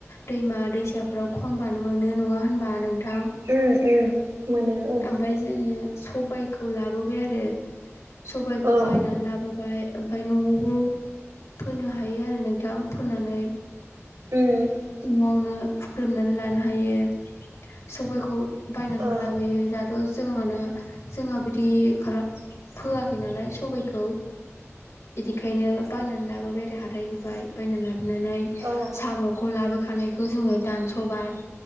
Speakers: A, on the left; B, on the right.
A: दैमा दैसाफोराव खनबानो मोनो नङा होनबा नों थां।
B: उम उम मोनो
A: ओमफाय जोङो सबायखौ लाबोबाय आरो सबायखौ
B: औ
A: बायनानै लाबोबाय। ओमफफ्राय न'आवबो फोनो हायो आरो नोंथां। फोननानै
B: उम
A: न'आवनो फुख्रेमनानै लानो हायो। सबायखौ बायनानैबो
B: औ
A: लाबोयो। दाथ' जोङाना जोंहा बिदि खालाम फोआखै नालाय सबायखौ। बिनिखायनो बायनानै लाबोबाय आरो हाथायनिफाय। बायनानै लाबोनानै
B: औ उम औ
A: साम'खौ लाबोखानायखौ जोङो दानस'बाय।